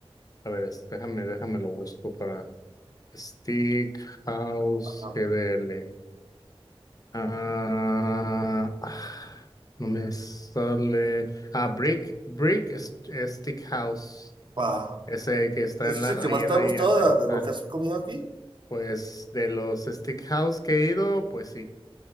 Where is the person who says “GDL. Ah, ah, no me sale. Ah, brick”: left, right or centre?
Left